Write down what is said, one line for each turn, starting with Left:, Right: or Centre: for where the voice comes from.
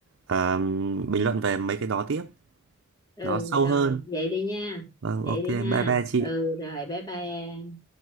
Right: ờ, bình luận về mấy cái đó tiếp,
Left: ừ
Right: đó sâu
Left: rồi
Right: hơn.
Left: vậy đi nha
Right: Vâng,
Left: vậy
Right: ok,
Left: đi
Right: bye
Left: ha
Right: bye chị.
Left: ừ rồi bye bye em